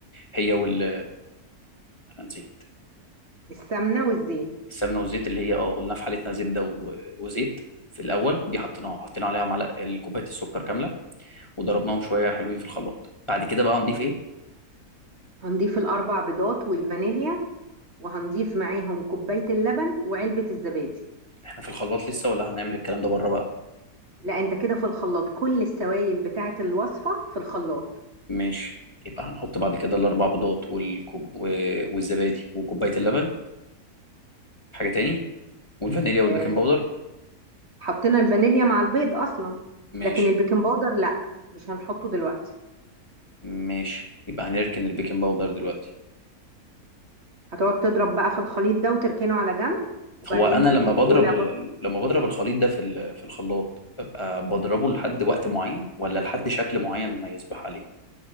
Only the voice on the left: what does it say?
هي وال أنا نسيت
السمنة والزيت اللي هي أه قلنا في حالتنا زبدة و... وزيت في الأول دي حطيناها حطينا عليها معلقة كوباية السكر كاملة وضربناهم شويه حلوين في الخلاط بعد كده بقى هنضيف ايه
احنا في الخلاط لسه ولا هنعمل الكلام ده بره بقى
ماشي يبقى هنحط بعد كده الاربع بيضات والكوب و... والزبادي وكوبايه اللبن حاجه تاني والفانيليا والبيكنج
باودر
ماشي
ماشي يبقى هنركن البيكنج باودر دلوقتي
هو انا
لما بضرب
ال...
لما بضرب الخليط ده في ال... في الخلاط ببقى بضربه لحد وقت معين ولا لحد شكل معين ما يصبح عليه